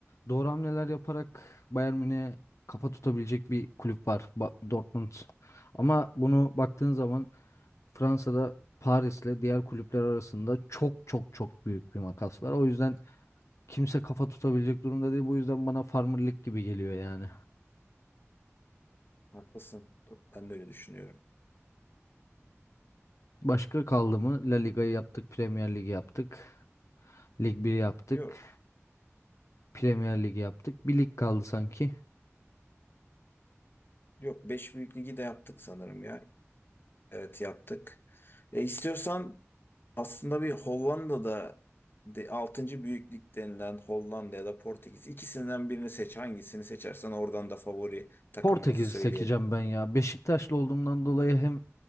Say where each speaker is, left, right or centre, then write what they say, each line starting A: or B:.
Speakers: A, on the left; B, on the left.
A: doğru hamleler yaparak Bayern Münih'e kafa tutabilecek bir kulüp var Ba- Dortmund. Ama bunu baktığın zaman Fransa'da Paris'le diğer kulüpler arasında çok çok çok büyük bir makas var. O yüzden kimse kafa tutabilecek durumda değil. Bu yüzden bana Farmer Lig gibi geliyor yani.
B: haklısın. Ben de öyle düşünüyorum.
A: Başka kaldı mı? La Liga'yı yaptık, Premier Lig'i yaptık. Lig biri yaptık,
B: Yok.
A: Premier Lig'i yaptık. Bir lig kaldı sanki.
B: Yok, Beş büyük ligi de yaptık sanırım ya. Evet yaptık. E, istiyorsan Aslında bir Hollanda'da de altıncı büyüklük denilen Hollanda ya da Portekiz ikisinden birini seç. Hangisini seçersen oradan da favori takımımızı
A: Portekiz'i
B: söyleyelim.
A: seçeceğim ben ya. Beşiktaşlı olduğumdan dolayı hem